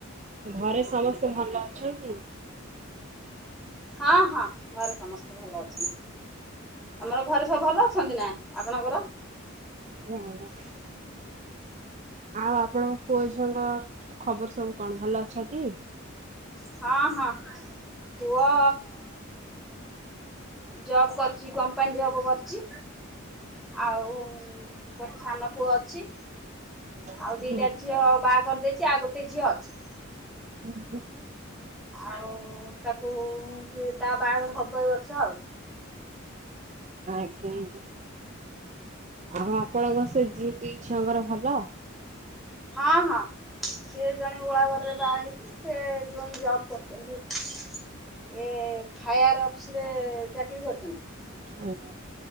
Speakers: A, on the right; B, in the centre.
A: ଘରେ ସମସ୍ତେ ଭଲ ଅଛନ୍ତି।
B: ହଁ ହଁ ଘରେ ସମସ୍ତେ ଭଲ ଅଛନ୍ତି। ଆମର ଘରେ ସବୁ ଭଲ ଅଛନ୍ତି ନା ଆପଣଙ୍କର।
A: ଆଉ କଁ? ଆଉ ଆପଣଙ୍କ ପୁଅ ଝିଅଙ୍କ ଖବର ସବୁ କଣ ଭଲ ଅଛନ୍ତି।
B: ହଁ ହଁ ପୁଅ ଜବ୍ କରିଚି କମ୍ପାନୀ ଜବ କରିଚି ଆଉ ଉଁ ଉଁ ଗୋଟେ ସାନ ପୁଅ ଅଛି ଆଉ
A: ଆଜ୍ଞା।
B: ଦିଟା ଝିଅ ବା କରିଦେଇଚି ଆଉ ଗୋଟେ ଝିଅ ଅଛି।
A: ଓ ହୋ।
B: ଆଉ ତାକୁ ଉଁ ସିଏ ତା ବାଆଘର ହବ ଏଇ ବର୍ଷ ଆଉ।
A: ଆଜ୍ଞା ଆଜ୍ଞା ଆଉ ଆପଣଙ୍କ ସେ ଦି ଦି ଝିଅଙ୍କର ଭଲ। ହ।
B: ହଁ ହଁ। ସିଏ ଜଣେ ଓଳାଘରେରେ ବାହା ହେଇଚି ସେ ଜୋଇଁ ଜବ୍ କରିଚନ୍ତି। ଏ ଫାୟାର୍ ଅଫିସରେ ଚାକିରୀ କରିଚନ୍ତି।
A: ଆଜ୍ଞା।